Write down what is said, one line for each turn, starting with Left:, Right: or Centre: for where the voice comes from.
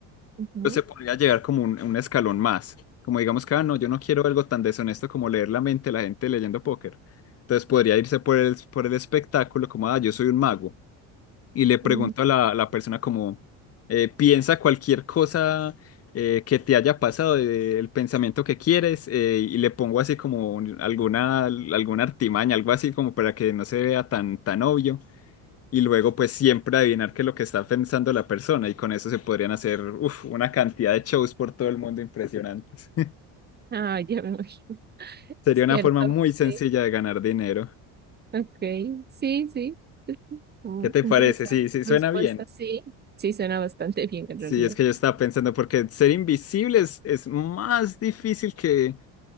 Right: ujú,
Left: podría llegar como un, un escalón más. Como digamos que, ah, no, yo no quiero algo tan deshonesto como leer la mente de la gente leyendo póker. Entonces podría irse por el, por el espectáculo como, ah, yo soy un mago. Y le pregunto
Right: mm.
Left: a la, la persona como, eh, piensa cualquier cosa eh, que te haya pasado, eh, el pensamiento que quieres, eh, y le pongo así como un- alguna, alguna artimaña, algo así como para que no se vea tan, tan obvio y luego pues siempre adivinar qué es lo que está pensando la persona y con eso se podrían hacer uf, una cantidad de shows por todo el mundo impresionantes.
Right: Ah, ya me imagino.
Left: <laughs> Sería
Right: Cierto,
Left: una forma muy sencilla
Right: sí.
Left: de ganar dinero.
Right: Ok, sí, sí. Mm,
Left: ¿Qué te
Right: interesante
Left: parece? Sí, sí,
Right: respuesta,
Left: suena bien.
Right: sí. Sí, suena bastante bien en
Left: Sí,
Right: realidad.
Left: es que yo estaba pensando porque ser invisible es, es más difícil que...